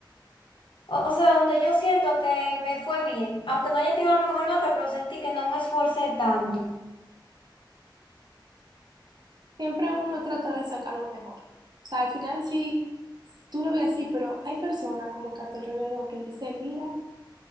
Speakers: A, on the left; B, on the right.
A: O sea, donde yo siento que me fue bien, aunque no haya tenido la mejor nota, pero sentí que no me esforcé tanto.
B: Siempre uno trata de sacar lo mejor. O sea, al final sí, tú lo ves así, pero hay personas como que a tu alrededor que dicen, mira, o